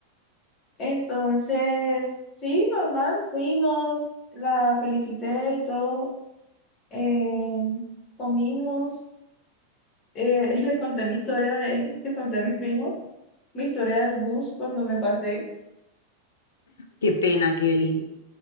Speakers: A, on the left (about 30°); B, on the left (about 65°).
A: Entonces, sí, normal, fuimos, la felicité y todo, eh, comimos, eh, <laughs> les conté mi historia de, les conté a mis primos, mi historia del bus cuando me pasé,
B: Qué pena, Kelly.